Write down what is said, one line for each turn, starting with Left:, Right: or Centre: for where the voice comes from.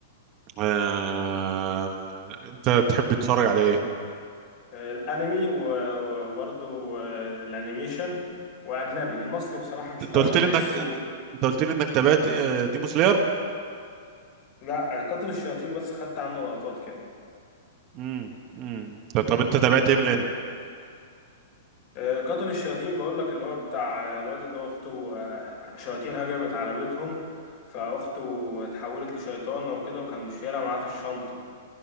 Right: آه... أنت تحب تتفرج على إيه؟
Left: آه، الانمي و- و- وبرضه آه، الانيميشن واجنبي المصري بصراحة مش
Right: أنت
Left: قوي
Right: قلت
Left: يعني
Right: لي
Left: بحسه
Right: إنك أنت قلت لي إنك تابعت ديمو سلاير.
Left: لا آه، قاتل الشياطين بس خدت عنه لقطات كده
Right: امم امم طب انت تابعت ايه من الانمي
Left: آه، قاتل الشياطين بقول لك اللي هو بتاع الواد اللي هو اخته آه، شياطين هجمت على بيتهم فاخته اتحولت لشيطانه وكده وكان شايلها معاه في الشنطه